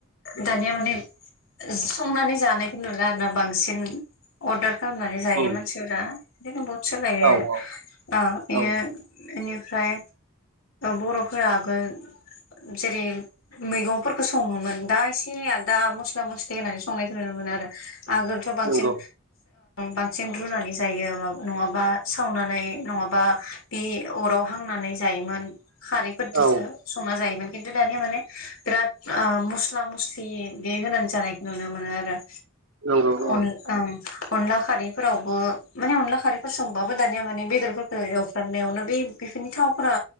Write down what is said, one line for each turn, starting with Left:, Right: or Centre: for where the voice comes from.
Left: दानिया माने संनानै जानायखौ नुला आरो ना बांसिन अर्डार खालामनानै जायो
Right: उम
Left: मानसिफोरा बेखायनो बहुद सोलायो
Right: औ औ
Left: बेयो
Right: औ
Left: बेनिफ्राय बर'फोरा आगोल जेरै मैगंफोरखौ सङोमोन दा एसे आलदा मस्ला मस्लि होनानै संनायखौ नुनो मोनो आरो आगोलथ' बांसिन
Right: नंगौ
Left: बांसिन रुनानै जायो म नङाबा सावनानै नङाबा बे अराव हांनानै जायोमोन खारैफोरजोंसो
Right: औ
Left: संना जायोमोन खिन्थु दानिया माने बिराद मस्ला मस्लि बे होनानै जानायखौ नुनो मोनो आरो
Right: औ औ
Left: अन
Right: औ
Left: अनला खारैफोरावबो माने अनला खारैफोर संबाबो दानिया माने बेदर एवफ्रामनायावनो बै बेफोरनि थावफोरा